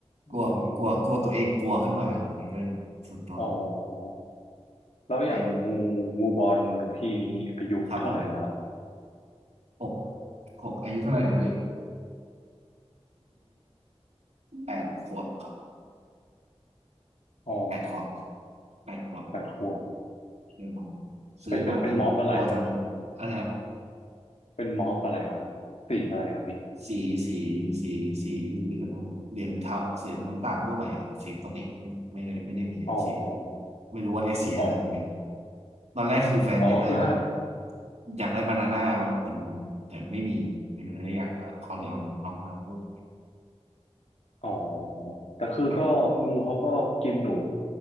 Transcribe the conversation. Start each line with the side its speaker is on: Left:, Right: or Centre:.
Left: อืม
Right: กลัวกลัวกลัวตัวเองกลัวขึ้นมาอะไรอย่างนี้ด้วยส่วนตัว
Left: อ๋อแล้วอย่างงูงูบอลหนูพี่อายุเท่าไหร่ละ
Right: เออครับผมหกหกอายุเท่าไหร่แล้วตัวเอง แปดขวบครับ
Left: อ๋อ
Right: แปดขวบแปดขวบ
Left: แปดขวบ
Right: คือผมซื้อมั้งแต่แบบตัวเท่านี้อะไรฮะ
Left: เป็นเป็นเป็นม็อบอะไรครับ เป็นม็อบอะไรครับสีอะไรครับพี่
Right: สีสีสีสีเหลืองเหลืองเทาเสียงน้ำตาลทั่วไปครับสีปกติไม่ไม่ได้ไม่ได้มีสีอะไร
Left: อ๋อ
Right: ไม่รู้ว่าเรียกสีอะไรอย่างเงี้ย
Left: อ๋อ
Right: ตอนแรกคือแฟนอยากได้แบบ
Left: อ๋อก็คือห้า
Right: อยากได้บานาน่ามั้งแต่แต่ไม่มีเลยอยากเขาเลยเอาน้องน้องมูก
Left: อ๋อแต่คือก็งูเขาก็กินหนู
Right: ครับ